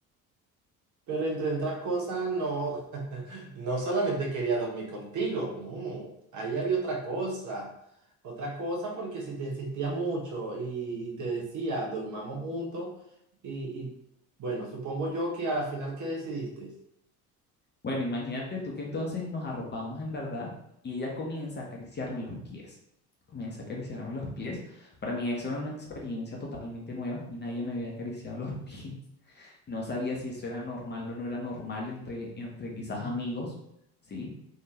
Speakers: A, on the right; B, on the left.
A: Pero entre otras cosas, no, <laughs> no solamente quería dormir contigo, no, ahí había otra cosa, otra cosa porque si te insistía mucho y, y te decía, dormamos juntos y, y, bueno, supongo yo que a la final, ¿qué decidiste?
B: Bueno, imagínate tú que entonces nos arropamos en verdad y ella comienza a acariciarme los pies. Comienza a acariciarme los pies. Para mí eso era una experiencia totalmente nueva. A mí nadie me había acariciado los <laughs> pies. No sabía si eso era normal o no era normal entre, entre quizás amigos, ¿sí?